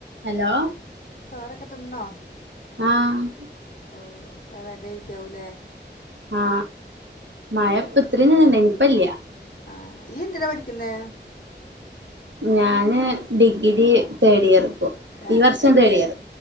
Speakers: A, on the right; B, on the left.
A: Hello
B: ചോറൊക്കെ തിന്നോ
A: ആഹ്
B: ഓ വെറുതെ ഇരിക്കാവു ലേ
A: ആ മഴ <unintelligible> ണ്ടായിനിം ഇപ്പല്യാ
B: ആ ഇയ്യെന്തിനാ പടികുന്നെ
A: ഞാന് ഡിഗ്രി തേഡ് ഇയർ
B: ആ,
A: ഈ വർഷം
B: എവിടെ
A: തേടിയറ്